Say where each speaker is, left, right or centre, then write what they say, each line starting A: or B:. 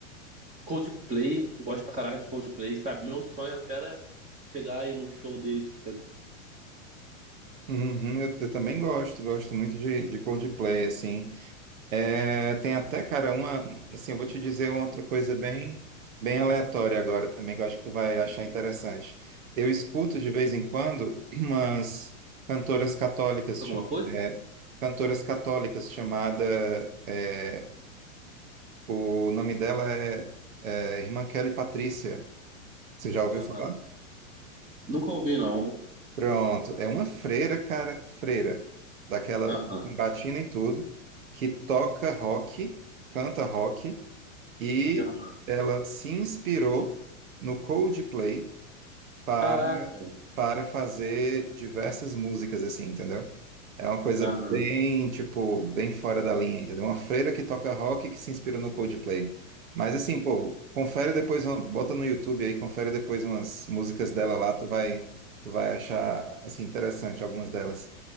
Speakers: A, on the right; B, on the right.
A: Coldplay, gosto pra caraca de Coldplay, sabe? Meu sonho até era chegar aí num show deles que tem
B: Uhum, eu, eu também gosto, gosto muito de, de Coldplay, assim. É, tem até, cara, uma, assim, eu vou te dizer uma outra coisa bem, bem aleatória agora também, que eu acho que tu vai achar interessante. Eu escuto de vez em quando <clears throat> umas cantoras católicas,
A: escuta alguma
B: cham-
A: coisa.
B: é, cantoras católicas chamada, é, o nome dela é, é Irmã Kelly Patrícia. Você já ouviu
A: Aham.
B: falar?
A: Nunca ouvi, não.
B: Pronto. É uma freira, cara, freira, daquela
A: Aham.
B: com batina e tudo, que toca rock, canta rock, e
A: Aham.
B: ela se inspirou no Coldplay. para,
A: Caraca.
B: para fazer diversas músicas, assim, entendeu? É uma coisa
A: Aham.
B: bem, tipo, bem fora da linha, entendeu? Uma freira que toca rock que se inspirou no Coldplay. Mas assim, pô, confere depois, uma- bota no YouTube aí, confere depois umas músicas dela lá, tu vai, tu vai achar, assim, interessante algumas delas.